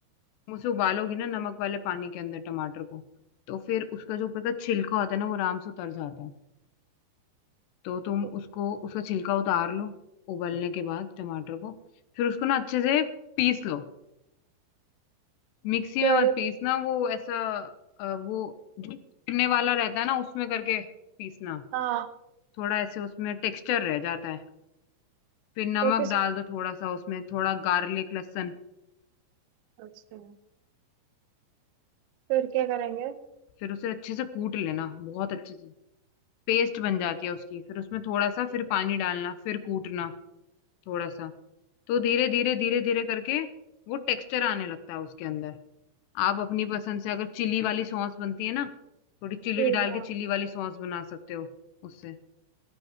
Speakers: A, on the left (about 80°); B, on the right (about 85°).
A: तुम उसे उबालोगी ना नमक वाले पानी के अंदर टमाटर को तो फिर उसका जो ऊपर का छिलका होता है ना वो आराम से उतर जाता है तो तुम
B: तो
A: उसको उसका छिलका उतार लो उबलने के बाद टमाटर को फिर उसको ना अच्छे से पीस लो मिक्सी
B: फिर
A: में मत पीसना वो ऐसा अ, वो जो चुनने वाला रहता है ना उसमें करके पीसना
B: हाँ
A: थोड़ा ऐसे उसमें टेक्सचर रह जाता है फिर नमक
B: तो किस
A: डाल दो थोड़ा सा उसमें थोड़ा गार्लिक लहसुन
B: अच्छा फिर क्या करेंगे
A: फिर उसे अच्छे से कूट लेना बहुत अच्छे से पेस्ट बन जाती है उसकी फिर उसमें थोड़ा सा फिर पानी डालना फिर कूटना थोड़ा सा तो धीरे धीरे धीरे धीरे करके वो टेक्सचर आने लगता है उसके अंदर आप अपनी पसंद से अगर चिली वाली सॉस बनती है ना थोड़ी चिली
B: फिर
A: डाल
B: हाँ
A: के चिली वाली सॉस बना सकते हो उससे